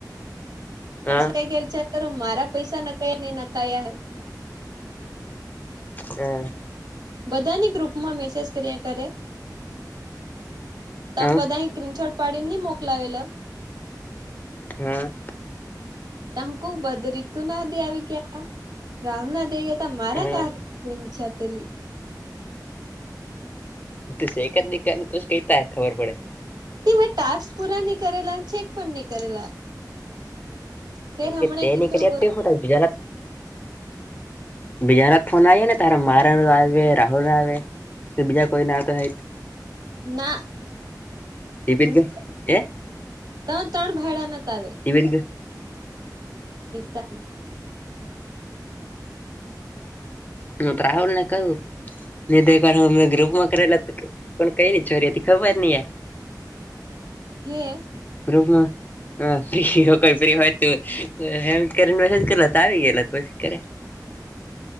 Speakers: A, on the left; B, on the right.
A: હા
B: કઈ ગય ચાર કરો મારા પૈસા નકાઈ ન ન કઈ
A: હ
B: બધાની ગ્રુપ માં મેસેજ કર્યા કરે તમ
A: હા
B: બધા ક્રીનશોટ પાડીને નહી મોકલાવેલો
A: હા
B: ત હું ક બધ રતુ ના દે આવી ગયા રાહુલ ના દે ગયા ત મારા
A: હા
B: ક
A: હા
B: ન વિચારતીલી
A: એક જ દકને કઈતા ખબર પડે
B: તે મેં ટાસ્ક પૂરા નહી કરેલા અને ચેક પણ નહી કરેલા ફેર
A: નહી
B: હમણાં
A: નહીં
B: કીધું
A: હું બીજાના બીજારના ફોન આવી ને તારા મારાાણ આવે રાહુલ આવે બીજા કોઈને આવતા નહીં
B: ના
A: ટીપી
B: તમે
A: જ ગયો એ
B: ત્રણ ભાઈડાના ત આવે
A: ટવીિન કે
B: તા
A: હું રાહુલ ને કહું ધ હમે ગ્રુપમાં કરેલા કોણ કઈ ન છોરી હતી ખબર ન યાર
B: હે
A: <unintelligible> હ ફ્રી કોઈ ફ્રી હોય તોમ કરીસેજ કર લ તો આવી ગે તોી કર